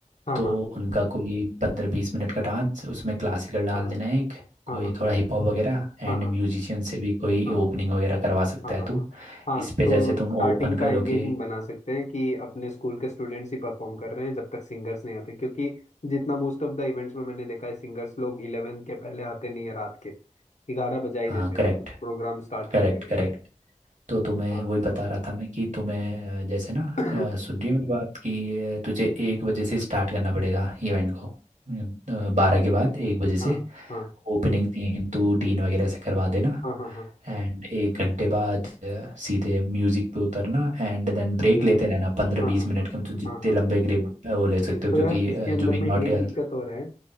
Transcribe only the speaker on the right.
तो
उनका कोई पंद्रह बीस मिनट का डांस उसमें क्लासिकल डाल
देना है एक कोई
थोड़ा हिप हॉप वगैरह एंड
म्यूजिशियन से भी कोई
ओपनिंग वगैरह करवा सकता
है
तू
इस पे
जैसे तुम
ओपन
करोगे
हाँ
करेक्ट
Correct
correct तो तुम्हें
वही बता रहा था मैं कि तुम्हें अ, जैसे ना
अ, सुन रही है मेरी बात कि अ, तुझे एक बजे से स्टार्ट करना पड़ेगा इवेंट को बारह के बाद एक बजे से
ओपनिंग तीन तू डीन वगैरह से करवा देना
एंड एक घंटे बाद अ, सीधे म्यूजिक पे उतरना एंड देन ब्रेक लेते रहना पंद्रह
बीस
मिनट
के मतलब जितने
लंबे ग्रेप वो ले सकते हो
क्योंकि
अ,
जुबिन
नौटियाल